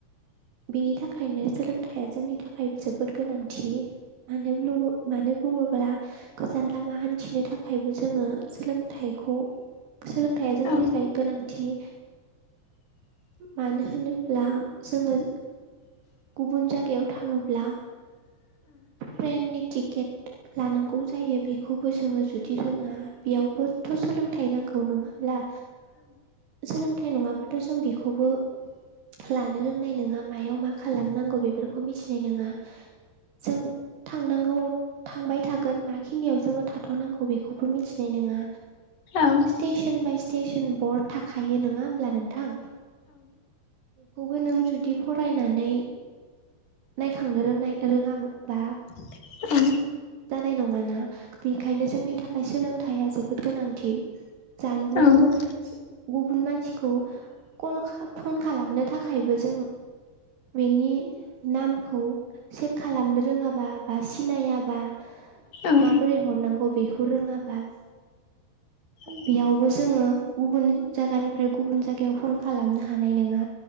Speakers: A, on the right; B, on the left.
A: बिनि थाखायनो सोलोंथाइया जोंनि थाखाय जोबोद गोनांथि मानो <unintelligible> मानो बुङो गोजान लामा हान्थिनो थाखायबो जोङो सोलोंथाइखौ सोलोंथाइया जोंनि
B: औ
A: थाखाय गोनांथि मानो होनोब्ला जोङो गुबुन जायगायाव थाङोब्ला ट्रेननि टिकेट लानांगौ जायो बेखौबो जोङो जुदि रोङा बेयावबोथ' सोलोंथाइ नांगौ नङाब्ला सोलोंथाइ नङाबाथ' जों बेखौबो लानो रोंनाय नङा मायाव मा खालामनांगौ बेफोरखौ मिथिनाय नङा जों थांनांगौआव थांबाय थागोन माखिनियाव जोङो थाथ'नांगौ बेखौबो मिथिनाय नङा
B: औ
A: स्टेशन बाय स्टेसन बर् थाखायो नङा होमब्ला नोंथां बेखौबो नों जुदि फरायनानै नायखांनो रोंनाय रोङामोन
B: उ
A: बा
B: <inaudible>
A: जानाय नङाना बेनिखायनो जोंनि थाखाय सोलोंथाइया जोबोद गोनांथि जानबुं
B: औ
A: आव गुबुन मानसिखौल फन खालामनो थाखायबो
B: <inaudible>
A: जों बेनि नामखौ सेभ खालामनो रोङाबा बा सिनायाबा
B: औ
A: माबोरै हरनांगौ बेखौ रोङाबा
B: <inaudible>
A: बेयावबो जोङो गुबुन जायगानिफ्राय गुबुन जायगायाव फन खालामनो हानाय नङा